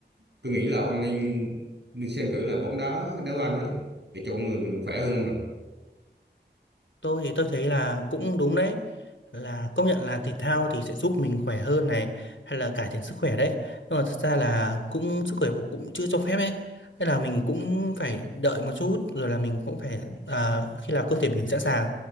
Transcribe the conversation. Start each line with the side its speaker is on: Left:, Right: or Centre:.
Right: tôi nghĩ là ông nên nên xem thử là bóng đá đá banh ấy để cho con người mình khỏe hơn không nào
Left: Tôi thì tôi thấy là cũng đúng đấy là công nhận là thể thao thì sẽ giúp mình khỏe hơn này hay là cải thiện sức khỏe đấy nhưng mà thực ra là cũng sức khỏe cũng cũng chưa cho phép ấy nên là mình cũng phải đợi một chút rồi là mình cũng phải à, khi nào cơ thể mình sẵn sàng